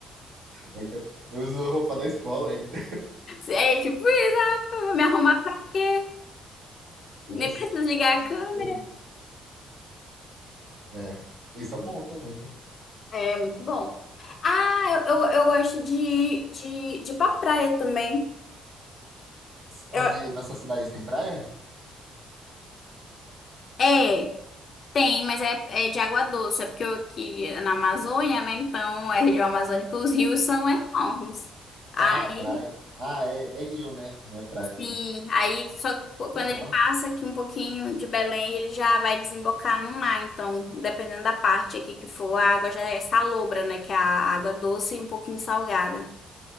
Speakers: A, on the right (about 65°); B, on the left (about 50°).
A: é que eu eu uso roupa da escola ainda.
B: É tipo isso, ah, eu vou me arrumar pra quê?
A: <laughs> Nossa.
B: Nem preciso ligar a câmera.
A: Horrível. É, esse é o bom também, né?
B: É muito bom. Ah, eu, eu, eu gosto de, de, de ir pra praia também.
A: Onde
B: Eu,
A: na sua cidade tem praia?
B: é, tem, mas é, é de água doce. É porque eu aqui é na Amazônia, né? Então, é região amazônica, os rios são enormes. Aí
A: Ah, praia. Ah, é, é rio, né? Não é praia,
B: Sim,
A: né?
B: aí só
A: Legal,
B: quando ele passa aqui um pouquinho de Belém, ele já vai desembocar no mar. Então, dependendo da parte aqui que for, a água já é salobra, né? Que é a água doce e um pouquinho salgada.